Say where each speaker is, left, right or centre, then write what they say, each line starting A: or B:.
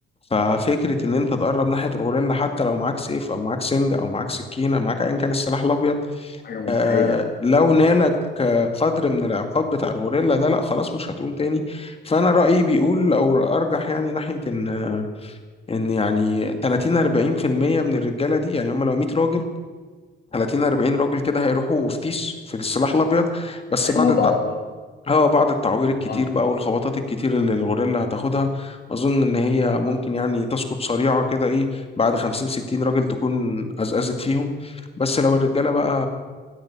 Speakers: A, on the left; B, on the left.
A: ففكرة إن أنت تقرب ناحية الغوريلا حتى لو معاك سيف أو معاك سنج أو معاك سكينة معاك أيا كان السلاح الأبيض
B: حاجه مستحيله
A: آه، لو نالك آه، قدر من العقاب بتاع الغوريلا ده لأ خلاص مش هتقوم تاني فأنا رأيي بيقول أو أرجح يعني ناحية إن ان يعني 30 40% من الرجاله دي يعني هم لو 100 راجل 30 40 راجل كده هيروحوا فتيش في السلاح الابيض بس
B: هيموت
A: بعد التع...
B: على البشر
A: هو بعد التعوير الكتير
B: اه
A: بقى والخبطات الكتير اللي الغوريلا هتاخدها اظن ان هي ممكن يعني تسقط سريعه كده ايه بعد 50 60 راجل تكون ازأزت فيهم بس لو الرجاله بقى